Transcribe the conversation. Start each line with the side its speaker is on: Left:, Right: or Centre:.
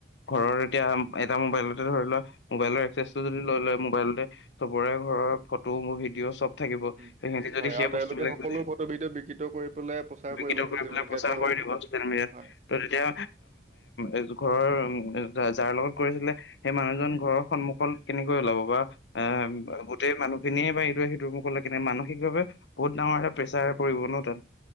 Left: ঘৰৰ এতিয়া এটা মোবাইলতে ধৰি লোৱা মোবাইলৰ এক্সেছটো যদি লৈ লয়। মোবাইলতে চবৰে ঘৰৰ ফটো মোৰ ভিডিঅ' চব থাকিব,
Right: উম,
Left: ত' সিহঁতি যদি
Right: হয়
Left: সেই
Right: আৰু তেওঁলোকে
Left: বস্তুবলাক
Right: সকলো
Left: যদি
Right: ফটোবিধ বিকৃত কৰি পেলাই প্ৰচাৰ
Left: বিকৃত
Right: কৰিব ছচিয়েল
Left: কৰি পেলাই
Right: মিডিয়াতে
Left: প্ৰচাৰ
Right: হওক।
Left: কৰি দিব ছচিয়েল মিডিয়াত,
Right: হয়,
Left: ত' তেতিয়া এ ঘৰৰ উ, যাৰ লগত কৰিছিলে সেই মানুহজন ঘৰৰ সন্মুখত কেনেকৈ ওলাব বা এ
Right: উম, উম,
Left: গোটেই মানুহখিনিয়ে বা ইটোৱে সিটোৰ মুখলৈ কেনে মানসিকভাৱে বহুত ডাঙৰ এটা প্ৰেছাৰ পৰিব ন' তাত। ত